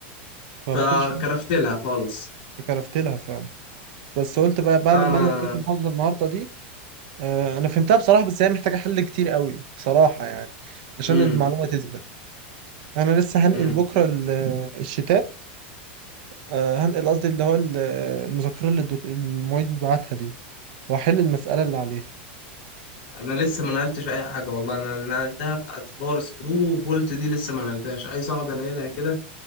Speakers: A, on the right (about 50°); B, on the left (about 55°).
A: فما
B: فكرفت
A: كنتش فاهم،
B: لها خالص
A: كرفت لها فعلا بس قلت بقى بعد
B: انا
A: ما انا ذاكرت محاضره النهارده دي آه انا فهمتها بصراحه بس هي محتاجه حل كتير قوي بصراحه يعني عشان
B: امم
A: المعلومه تثبت انا لسه هنقل
B: امم
A: بكره ال- الشتات آه هنقل قصدي اللي هو ال- المذكره اللي الدك... المعيد بعتها دي واحل المساله اللي عليها
B: انا لسه ما نقلتش اي حاجه والله انا اللي نقلتها بتاعت باور سكرو بولت دي لسه ما نقلتهاش عايز اقعد انقلها كده